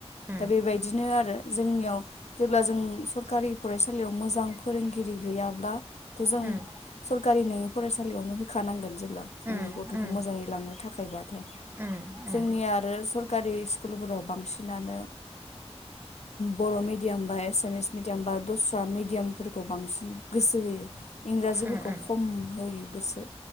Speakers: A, on the right (about 20°); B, on the left (about 75°).
A: उम
B: दा बेबायदिनो आरो। जोंनियाव जेब्ला जों सरखारि फरायसालियाव मोजां फोरोंगिरि गैयाब्ला थ' जों
A: उम
B: सरकारि नङै फरायसालियावनो होखानांगोन जों
A: उम
B: जोंनि गथ'खौ मोजाङै लांनो थाखायबाथ'
A: उम उम
B: जोंनि आरो सोरखारि सोरखारि स्कुलफोराव बांसिनानो बर' मिडियाम बा एसामिस मिडियाम बा दस्रा मिडियामफोरखौ बांसिन गोसो होयो इंराजिफोरखौ
A: उम उम
B: खम होयो गोसो